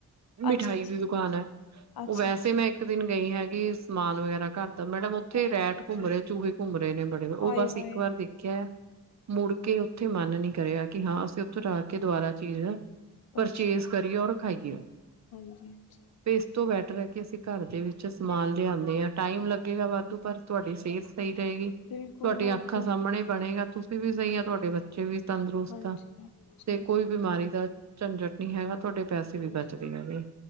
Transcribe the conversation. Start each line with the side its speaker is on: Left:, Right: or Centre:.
Right: ਮਿਠਾਈ
Left: ਅੱਛਾ ਅੱਛਾ
Right: ਦੀ ਦੁਕਾਨ ਆ
Left: ਅੱਛਾ
Right: ਓ ਵੈਸੇ
Left: ਅੱਛਾ
Right: ਮੈਂ ਇੱਕ ਦਿਨ ਗਈ ਹੈਗੀ ਸਮਾਨ ਵਗੈਰਾ ਘਰ ਦਾ ਮੈਡਮ ਓਥੀ ਰੈਟ ਘੁੰਮ
Left: ਹਾਂਜੀ
Right: ਰਹੇ, ਚੂਹੇ ਘੁੰਮ ਰਹੇ ਨੇ, ਬੜੇ ਓ
Left: ਆਏ
Right: ਬਸ
Left: ਹਾਏ
Right: ਇੱਕ ਵਾਰ ਦੇਖਿਆ ਆ ਮੁੜ ਕੇ ਓਥੇ ਮੰਨ ਨੀ ਕਰਿਆ ਕਿ ਹਾਂ ਅਸੀਂ ਉੱਥੋਂ ਜਾ ਕੇ ਦੁਬਾਰਾ ਚੀਜ਼ ਪਰਚੇਜ
Left: ਅੱਛਾ ਅੱਛਾ
Right: ਕਰੀਏ ਔਰ ਖਾਈਏ।
Left: ਹਾਂਜੀ, ਹਾਂਜੀ।
Right: ਇਸ ਤੋਂ ਬੈਟਰ ਹੈ ਕਿ ਅਸੀਂ ਘਰ ਦੇ ਵਿੱਚ ਸਮਾਨ ਲਿਆਨੇ ਆ ਟਾਈਮ ਲੱਗੇਗਾ ਵਾਧੂ ਪਰ ਤੁਹਾਡੀ ਸੇਤ ਸਈ ਰਹੇਗੀ,
Left: ਬਿਲਕੁਲ
Right: ਤੁਹਾਡੀਆਂ
Left: ਹੋਰ
Right: ਅੱਖਾਂ
Left: ਕੀ
Right: ਸਾਹਮਣੇ ਬਣੇਗਾ, ਤੁਸੀਂ ਵੀ ਸਈ ਆ, ਤੁਹਾਡੇ ਬੱਚੇ ਵੀ ਤੰਦਰੁਸਤ
Left: ਹਾਂਜੀ,
Right: ਆ
Left: ਹਾਂਜੀ,
Right: ਤੇ ਕੋਈ ਬਿਮਾਰੀ ਦਾ ਝੰਜਟ ਨੀ ਹੈਗਾ। ਤੁਹਾਡੇ ਪੈਸੇ ਵੀ
Left: ਹਾਂਜੀ,
Right: ਬਚਦੇ ਹੈਗੇ,